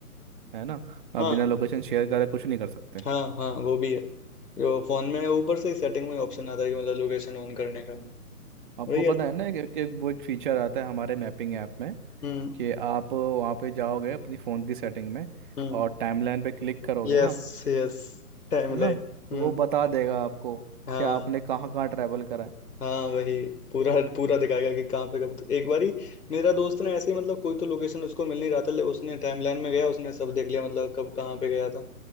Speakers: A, on the right; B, on the left.
A: है ना आप
B: हाँ
A: बिना लोकेशन शेयर करे कुछ नहीं कर सकते
B: हाँ हाँ वो भी है जो फोन में है, ऊपर से ही सेटिंग में ऑप्शन आता है कि मतलब लोकेशन ऑन करने
A: हम्म,
B: का
A: आपको
B: वही है
A: पता है ना कि, कि वो एक फीचर आता है हमारे मैपिंग ऐप में
B: हम्म
A: कि आप वहाँ पे जाओगे अपनी फ़ोन की सेटिंग में
B: हम्म
A: और टाइमलाइन पे क्लिक करोगे
B: यस
A: ना
B: यस टाइम
A: है
B: लाइन
A: ना
B: हम्म
A: तो वो बता देगा आपको
B: हाँ
A: कि आपने कहाँ कहाँ ट्रैवल करा है
B: हाँ वही पूरा पूरा दिखाएगा कि कहाँ पे कब एक बारी मेरा दोस्त ने ऐसे ही मतलब कोई तो लोकेशन उसको मिल नहीं रहा था ले उसने टाइमलाइन में गया उसने सब देख लिया मतलब कब कहाँ पे गया था